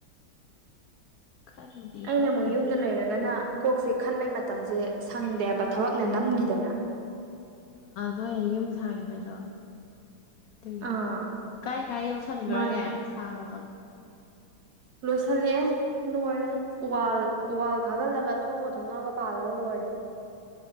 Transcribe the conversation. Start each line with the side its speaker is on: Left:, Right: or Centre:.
Left: ꯈꯟꯕꯨꯗꯤ
Right: ꯑꯩꯅ
Left: ꯈꯟꯗꯦꯕꯨ
Right: ꯑꯃꯨꯛ ꯌꯨꯝꯗ ꯂꯩꯔꯒꯅ ꯀꯣꯛꯁꯦ ꯈꯟꯕꯩ ꯃꯇꯝꯁꯦ ꯁꯪꯗꯦꯕ ꯊꯕꯛꯅ ꯅꯝꯒꯤꯗꯅ
Left: ꯅꯣꯏ ꯌꯨꯝ ꯁꯥꯒꯤꯕꯩꯗꯣ ꯑꯗꯨꯒꯤꯅꯤ
Right: ꯑꯥ
Left: ꯀꯥꯏ ꯀꯥꯏ ꯌꯧꯁꯟꯒ꯭ꯔꯒꯦ
Right: ꯃꯥꯅꯦ
Left: ꯁꯥꯕꯗꯣ
Right: ꯂꯣꯏꯁꯤꯜꯂꯛꯑꯦ ꯂꯣꯏꯔꯦ ꯋꯥꯜ ꯋꯥꯜ ꯈꯥꯒꯠꯂꯒ ꯊꯣꯡꯒ ꯊꯣꯡꯅꯥꯎꯒ ꯄꯥꯜꯂꯒ ꯂꯣꯏꯔꯦ <inaudible>